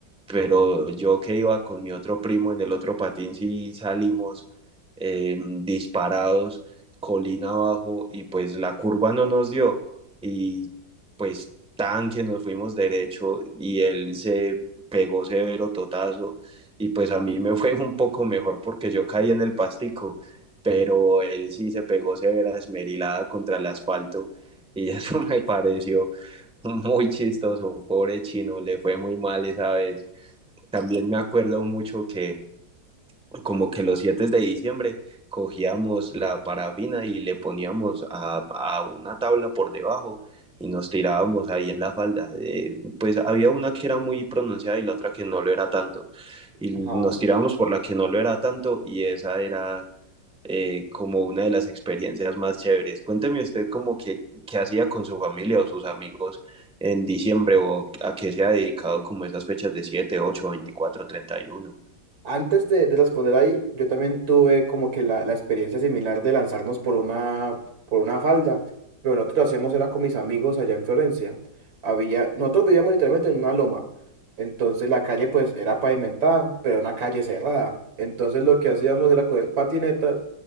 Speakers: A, in the centre; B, on the right (about 85°).
A: Pero yo que iba con mi otro primo en el otro patín, sí salimos eh, disparados, colina abajo, y pues la curva no nos dio. Y pues tan que nos fuimos derecho y él se pegó severo totazo. Y pues a mí me fue un poco mejor porque yo caí en el pastico pero él sí se pegó severa esmerilada contra el asfalto y <laughs> eso me pareció muy chistoso, pobre chino, le fue muy mal esa vez. También me acuerdo mucho que como que los 7 de diciembre cogíamos la parafina y le poníamos a, a una tabla por debajo y nos tirábamos ahí en la falda. Eh, pues había una que era muy pronunciada y la otra que no lo era tanto. Y
B: Ajá.
A: nos tirábamos por la que no lo era tanto y esa era eh, como una de las experiencias más chéveres. Cuénteme usted como que, qué hacía con su familia o sus amigos en diciembre o a qué se ha dedicado como esas fechas de 7, treinta y uno
B: Antes de, de responder ahí, yo también tuve como que la, la experiencia similar de lanzarnos por una, por una falda, pero nosotros lo hacíamos era con mis amigos allá en Florencia. Había, nosotros vivíamos literalmente en una loma, entonces la calle pues era pavimentada, pero una calle cerrada. Entonces lo que hacíamos era coger patinetas,